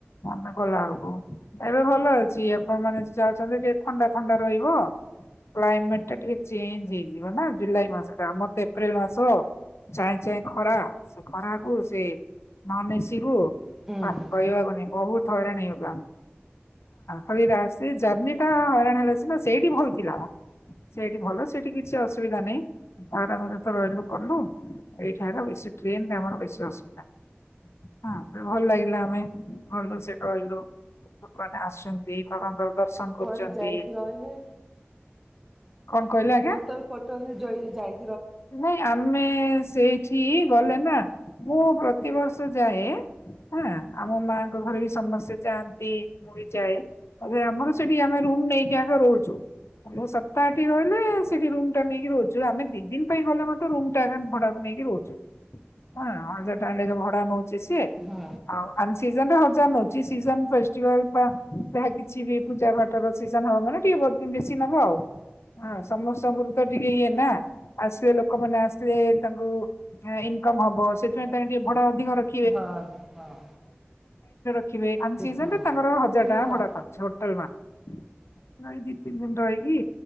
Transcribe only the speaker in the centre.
ହୁଁ
କୁଆଡେ ଯାଇକି ରହିଲେ
ହୋଟଲ ଫୋଟଲ ଯଇ ଯାଇ
ହଁ
ହଁ ହଁ
ଠିକ୍
ହଁ
ଇଏ
କଣ